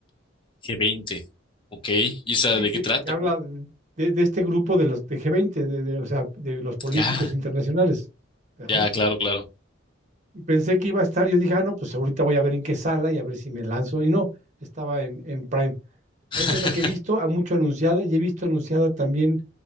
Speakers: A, on the left; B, on the right.
A: g veinte, ok, ¿y esa
B: Sí,
A: de
B: que,
A: qué trata,
B: que habla
A: perdón?
B: de, de este grupo de los de G20, de, de, o sea, de los políticos
A: Ya,
B: internacionales. Ajá.
A: ya, claro, claro.
B: Y pensé que iba a estar, yo dije, ah, no, pues ahorita voy a ver en qué sala y a ver si me lanzo. Y no, estaba en, en Prime.
A: <laughs>
B: Esa es la que he visto, a mucho anunciada, y he visto anunciada también